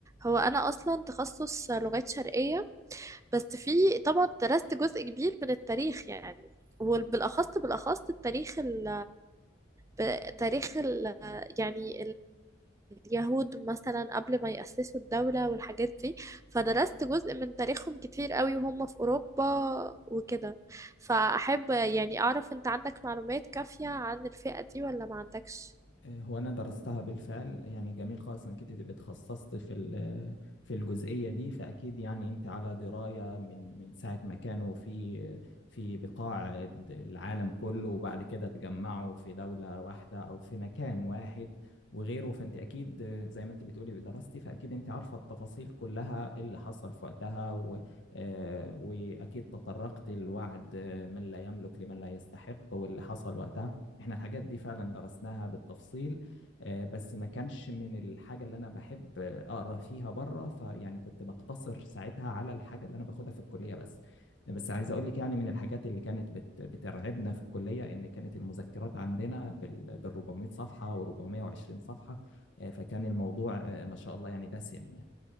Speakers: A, on the right (about 15°); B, on the left (about 70°).
A: هو أنا أصلا تخصص آه، لغات شرقية بس في طبعا درست جزء كبير من التاريخ يعني وبالأخص بالأخص التاريخ ال... ب- تاريخ ال... يعني اليهود مثلا قبل ما يأسسوا الدولة والحاجات دي فدرست جزء من تاريخهم كتير قوي وهم في أوروبا وكده فأحب يعني أعرف أنت عندك معلومات كافية عن الفئة دي ولا ما عندكش
B: هو انا درستها بالفعل يعني جميل خالص انك انت تبقي اتخصصت في ال- في الجزئيه دي فاكيد يعني انت على درايه من من ساعه ما كانوا في في بقاع العالم كله وبعد كده اتجمعوا في دوله واحده او في مكان واحد وغيره فانت اكيد زي ما انت بتقولي دراستي فاكيد انت عارفه التفاصيل كلها اللي حصل في وقتها و آه، واكيد تطرقت لوعد من لا يملك لمن لا يستحق واللي حصل وقتها احنا الحاجات دي فعلا درسناها بالتفصيل آه، بس ما كانش من الحاجة اللي أنا بحب آه، أقرأ فيها بره فيعني كنت بقتصر ساعتها على الحاجة اللي أنا باخدها في الكلية بس بس عايز أقول لك يعني من الحاجات اللي كانت بت- بترعبنا في الكلية إن كانت المذكرات عندنا بال 400 صفحة و420 صفحة آه، فكان الموضوع آه، ما شاء الله يعني دسم يعني